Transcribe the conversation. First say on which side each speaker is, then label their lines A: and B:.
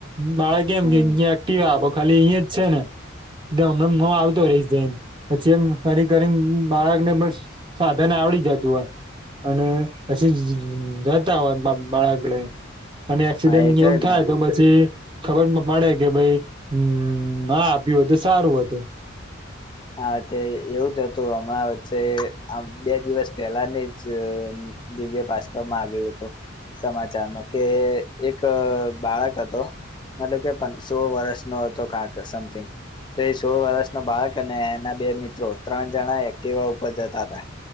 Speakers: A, on the right; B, on the left.
A: બાળક એમ
B: હમ
A: કે એક્ટિવા આપો ખાલી અહીં જ છે ને હમણા હુ આવતો રહીશ જઈને પછી એમ કરી કરીને બાળકને બસ સાધન આવડી જતું હોય. અને પછી જતા હોય બાળક લઈ અને એક્સિડેન્ટ
B: હા એટલે
A: એવું
B: જ
A: થાય
B: ને
A: તો પછી. ખબર પડે કે ભાઈ ના આપ્યું હોત સારું હતું.
B: હા તે એવું જ હતું હમણાં વચ્ચે આમ બે દિવસ પહેલાની જ જે દિવ્ય ભાસ્કર માં આવ્યો હતો. સમાચારમાં કે એક બાળક હતો. મતલબ કે સોળ વર્ષનો હતો કાક સમથિંગ તો એ સોળ વર્ષ નો બાળક અને એના બે મિત્રો ત્રણ જણા એક્ટિવા ઉપર જતા હતા.